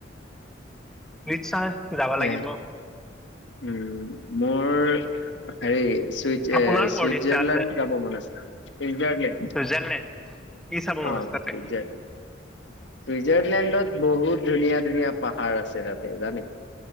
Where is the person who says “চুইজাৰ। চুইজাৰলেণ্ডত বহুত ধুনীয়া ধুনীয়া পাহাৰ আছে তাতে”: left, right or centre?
Left